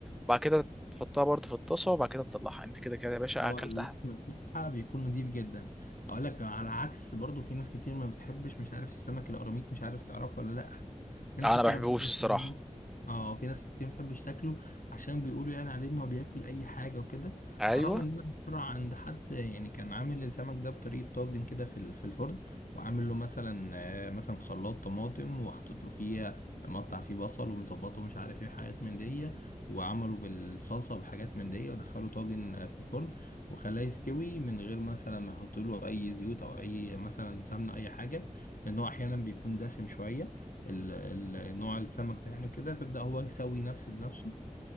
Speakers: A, in the centre; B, on the left.
A: وبعد كده تحطها برضو في الطاسه وبعد كده تطلعها انت كده كده يا باشا
B: اللي هو
A: اكلت
B: اللحم
A: أحد.
B: بتاعها بيكون نضيف جدا اقول لك على عكس برضو في ناس كتير ما بتحبش مش عارف السمك القراميط مش عارف تعرفه ولا لا في
A: انا
B: ناس كتير
A: ما بحبهوش
B: ما بتحبش
A: الصراحه
B: إن- اه في ناس كتير ما بتحبش تاكله عشان بيقولوا يعني عليه ان هو بياكل اي حاجه وكده
A: ايوه
B: على الرغم ان انا مره عند حد يعني كان عامل السمك ده بطريقه طاجن كده في ال- في الفرن وعامل له مثلا آه، مثلا خلاط طماطم وحاطط له فيه مقطع فيه بصل ومظبطه مش عارف ايه حاجات من دي وعمله بالصلصه وبحاجات من دي ودخله طاجن آه، في الفرن وخلاه يستوي من غير مثلا ما يحط له اي زيوت او اي مثلا سمنه اي حاجه لان هو احيانا بيكون دسم شويه ال- ال- نوع السمك ده يعني كده فيبدا هو يسوي نفسه بنفسه